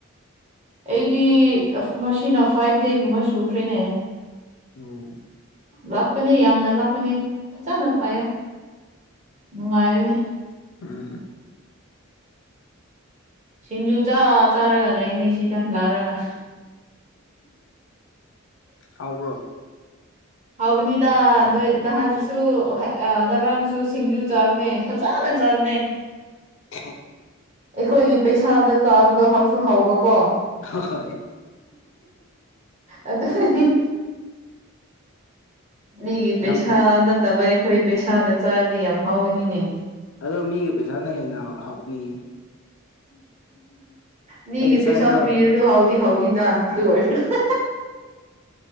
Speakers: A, on the right; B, on the left.
A: ꯑꯩꯗꯤ ꯃꯁꯤꯅ ꯐꯥꯏꯚ ꯗꯦꯁꯀꯨꯝꯕ ꯁꯨꯈ꯭ꯔꯦꯅꯦ
B: ꯎꯝ
A: ꯂꯥꯛꯄꯅꯤ ꯌꯥꯝꯅ ꯂꯥꯛꯄꯅꯤ ꯐꯖꯅ ꯄꯥꯏꯌꯣ ꯅꯨꯡꯉꯥꯏꯕꯅꯤ
B: ꯎꯝ
A: ꯁꯤꯡꯖꯨ ꯆꯥ ꯆꯥꯔꯒ ꯂꯩꯅꯤ ꯁꯤꯗ ꯂꯥꯛꯔꯒ
B: ꯍꯥꯎꯕ꯭ꯔꯣ
A: ꯍꯥꯎꯕꯅꯤꯗ ꯅꯣꯏ ꯅꯍꯥꯟꯁꯨ ꯉꯔꯥꯡꯁꯨ ꯁꯤꯡꯖꯨ ꯆꯥꯕꯅꯦ ꯐꯖꯅ ꯆꯥꯕꯅꯦ
B: ꯑꯦꯍꯦ
A: ꯑꯩꯈꯣꯏꯒꯤ ꯄꯩꯁꯥꯗ ꯆꯥꯕꯗꯣ ꯍꯥꯎꯁꯨ ꯍꯥꯎꯕꯀꯣ
B: ꯍꯣꯏ
A: ꯑꯗꯨꯗꯨꯒꯤ ꯃꯤꯒꯤ
B: ꯌꯥꯝ
A: ꯄꯩꯁꯥ ꯅꯠꯇꯕ ꯑꯩꯈꯣꯏ ꯄꯩꯁꯥꯅ ꯆꯥꯔꯗꯤ ꯌꯥꯝ ꯍꯥꯎꯕꯅꯤꯅꯦ
B: ꯑꯗꯣ ꯃꯤꯒꯤ ꯄꯩꯁꯥꯅ ꯍꯦꯟꯅ ꯍꯥꯎꯅꯤꯌꯦ
A: ꯃꯤꯒꯤ
B: ꯑꯩꯒꯤ
A: ꯄꯩꯁꯥ
B: ꯆꯥꯒꯦꯔꯣ
A: ꯄꯤꯔꯗ ꯍꯥꯎꯗꯤ ꯍꯥꯎꯗꯤꯗ ꯑꯗꯨ ꯑꯣꯏꯔꯁꯨ